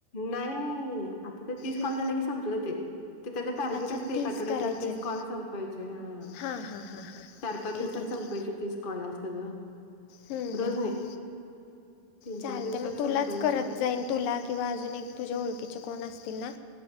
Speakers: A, on the left (about 75°); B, on the left (about 85°).
A: नाही नाही आता ते तीस
B: हम्म,
A: कॉल झाल की संपलं ते. ते त्याचं टार्गेट
B: अच्छा
A: असतय
B: तीस
A: एक आठवड्याच्या
B: करायचे
A: आत तीस
B: आहेत.
A: कॉल संपवायचे. हा.
B: हां हां हां हां
A: चार पाच
B: ठीक
A: दिवसात
B: आहे की
A: संपावायचे तीस कॉल अस ग.
B: हम्म हम्म
A: रोज नाही
B: ह्
A: तीन
B: चालतय
A: चार दिवसात
B: मग तुलाच
A: संपवायचे
B: करत जाईन. तुलाच किंवा अजून एक तुझ्या ओळखीचे कोणी असतील ना?